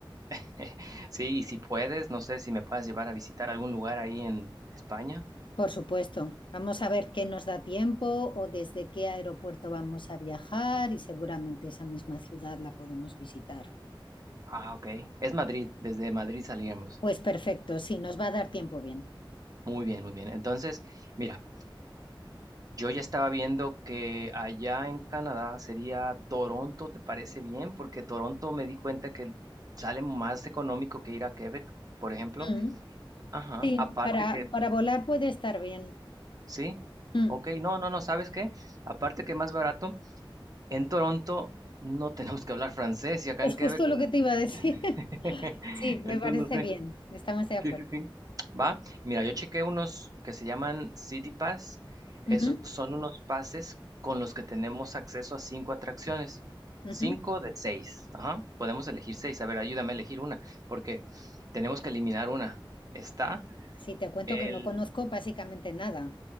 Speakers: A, on the right; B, on the left.
A: <laughs> Sí, y si puedes, no sé si me puedas llevar a visitar algún lugar ahí en España.
B: Por supuesto, vamos a ver qué nos da tiempo o desde qué aeropuerto vamos a viajar y seguramente esa misma ciudad la podemos visitar.
A: Ah, ok. Es Madrid, desde Madrid salíamos.
B: Pues perfecto, sí, nos va a dar tiempo bien.
A: Muy bien, muy bien. Entonces, mira, yo ya estaba viendo que allá en Canadá sería Toronto, ¿te parece bien? Porque Toronto me di cuenta que sale más económico que ir a Quebec, por ejemplo.
B: Mm,
A: Ajá,
B: Sí,
A: aparte
B: para,
A: que,
B: para volar puede estar bien.
A: sí,
B: Mm,
A: ok, no, no, no, ¿sabes qué? Aparte que más barato, en Toronto no <laughs> tenemos que hablar francés y acá
B: Es
A: en
B: justo
A: Quebec, mm,
B: lo que te iba a decir.
A: <laughs>
B: <laughs> Sí, me
A: entonces
B: parece
A: no sé,
B: bien, estamos de acuerdo.
A: sí, sí, sí, va. Mira, yo chequé unos que se llaman City Pass, esos
B: Ujú,
A: son unos pases con los que tenemos acceso a cinco atracciones,
B: ujú.
A: cinco de seis, ajá, podemos elegir seis, a ver, ayúdame a elegir una, porque tenemos que eliminar una, está...
B: Sí, te cuento
A: El,
B: que no conozco básicamente nada.